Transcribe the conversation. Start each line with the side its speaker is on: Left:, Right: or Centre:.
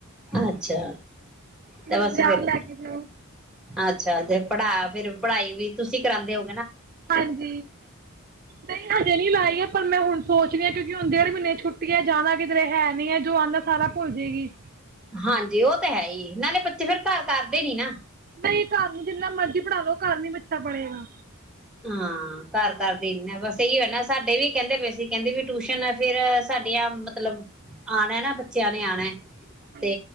Centre: ਅੱਛਾ ਤੇ ਬਸ
Right: ਬਾਜ਼ਾਰ
Centre: ਫਿਰ
Right: ਲੈ ਕੇ ਜਾਓ
Centre: ਅੱਛਾ ਤੇ ਪੜ੍ਹਾ ਫਿਰ ਪੜ੍ਹਾਈ ਵੀ ਤੁਸੀਂ ਕਰਾਉਂਦੇ ਹੋ
Right: ਹਾਂਜੀ ਨਹੀਂ ਹਜੇ ਨਹੀਂੀ ਲਾਈ ਹੈ ਪਰ ਮੈਂ ਹੁਣ ਸੋਚਨੇ ਆ ਕਿਉਕਿ ਹੁਣ ਡੇਢ ਮਹੀਨੇ ਦੀ ਆ ਛੁੱਟੀਆ ਜਿਆਦਾ ਏ ਕਿਧਰੇ ਹੈ ਨੀ ਹੈ ਜੋ ਆਉਂਦਾ ਸਾਰਾ ਭੁੱਲ ਜਾਏਗੀ
Centre: ਹਾਂਜੀ ਉਹ ਤਾਂ ਹੈ ਹੀ ਨਾਲੇ ਬੱਚੇ ਫੇਰ ਘਰ ਕਰਦੇ ਨੀ ਨਾ
Right: ਨਹੀਂ ਘਰ ਨੂੰ ਜਿੰਨਾ ਮਰਜ਼ੀ ਪੜ੍ਹਾ ਲੋ ਘਰ ਨਹੀਂ ਬਚੇ ਤੇ ਇਹ ਬੜਾ
Centre: ਹਾਂ ਘਰ ਘਰ ਬਸ ਇਹੀ ਹੋ ਨਾ ਸਾਡੇ ਵੀ ਕਹਿੰਦੇ ਵੀਸੀਂ ਕਹਿੰਦੇ ਵੀ ਟਿਊਸ਼ਨ ਫੇਿਰ ਸਾਡੀਆਂ ਮਤਲਬ ਆਉਣਾ ਨਾ ਬੱਚਿਆਂ ਨੇ ਆਉਣਾ
Right: ਹਾਂਜੀ
Centre: ਤੇ